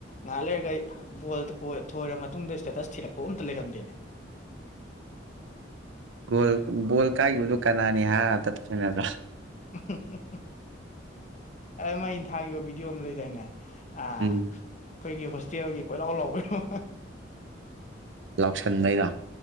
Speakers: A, on the left; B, on the right.
A: ꯉꯥꯏꯍꯥꯛ ꯂꯩꯔꯒ ꯑꯩ ꯕꯣꯜꯗ ꯊꯣꯏꯔ ꯃꯇꯨꯡꯗ ꯏꯁꯇꯦꯇꯁ ꯊꯤꯔꯛꯄ ꯑꯝꯇ ꯂꯩꯔꯝꯗꯦꯅꯦ
B: ꯒꯣꯜ ꯒꯣꯜ ꯀꯥꯏꯈꯤꯕꯗꯨꯣ ꯀꯅꯥꯅꯤ ꯍꯥꯏꯕꯗ ꯊꯣꯏꯅꯗ꯭ꯔꯣ
A: ꯑ <unintelligible> ꯃ ꯑꯩꯅ ꯊꯥꯈꯤꯕ ꯚꯤꯗꯤꯑꯣ ꯑꯃ ꯂꯩꯗꯥꯏꯅꯦ ꯑ ꯑꯩꯈꯣꯏꯒꯤ
B: ꯎꯝ
A: ꯍꯣꯁꯇꯦꯜꯒꯤ ꯀꯣꯏꯂꯥꯎ ꯂꯥꯎꯕꯔꯣ
B: ꯂꯥꯎꯁꯟꯉꯩꯔꯥ